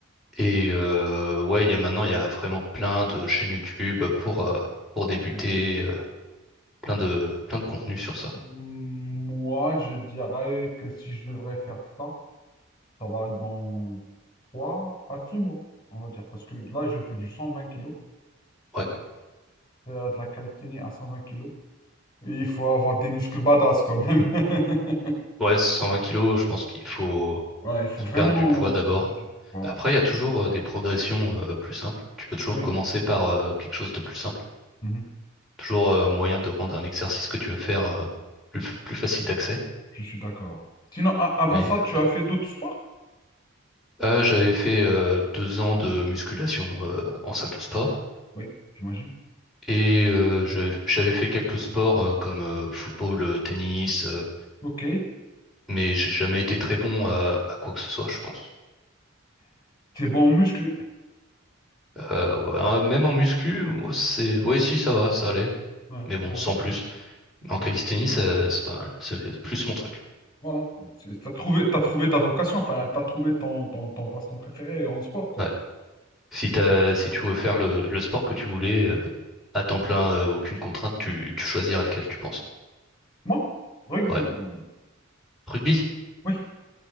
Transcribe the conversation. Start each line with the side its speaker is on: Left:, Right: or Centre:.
Centre: Et euh, ouais, il y a maintenant, il y a vraiment plein de chaînes YouTube pour, euh, pour débuter,
Left: Ouais.
Centre: euh, plein de, plein de contenus sur ça.
Left: Mm, Moi, je dirais que si je devrais faire ça, ça va être dans 3 à 6 mois, on va dire. Parce que là, je fais du 120 kilos,
Centre: Ouais,
Left: faire de la calisthénie à 120 kilos. Et il faut avoir des muscles badass quand même. <laughs>
Centre: ouais, 120 kilos, je pense qu'il faut
Left: Ouais, il faut vraiment
Centre: perdre du poids d'abord.
Left: faire du poids. Voilà.
Centre: Après, il y a toujours euh, des progressions euh, plus simples. Tu peux toujours
Left: Oui,
Centre: commencer par euh, quelque chose de plus simple.
Left: Mhm.
Centre: Toujours euh, un moyen de rendre un exercice que tu veux faire euh, plus, f- plus facile d'accès.
Left: Je suis d'accord. Sinon, a- avant
Centre: Mais
Left: ça,
Centre: euh,
Left: tu
Centre: ouais.
Left: as fait d'autres sports?
Centre: Ah, j'avais fait euh, deux ans de musculation euh, en salle
Left: Oui.
Centre: de sport.
Left: Oui, j'imagine.
Centre: Et euh, je- j'avais fait quelques sports euh, comme euh, football, euh, tennis, euh,
Left: Ok.
Centre: mais j'ai jamais été très bon à, à quoi que ce soit, je pense.
Left: T'es bon en muscu.
Centre: Euh, ouais, hein, même en muscu, ouais, c'est, ouais, si ça va, ça allait.
Left: Ouais,
Centre: Mais bon,
Left: ouais,
Centre: sans plus. Mais en calisthénie,
Left: ouais.
Centre: euh, c'est pas mal. C'est plus mon truc.
Left: Voilà. C'est- T'as trouvé, t'as trouvé ta vocation, enfin, t'as trouvé ton, ton, ton passe-temps préféré en sport, quoi.
Centre: Ouais. Si t'as, si tu veux faire le, le sport que tu voulais, euh, à temps plein, euh, aucune contrainte, tu, tu choisiras lequel tu penses.
Left: Moi, rugbyman.
Centre: Ouais. Rugby?
Left: Oui,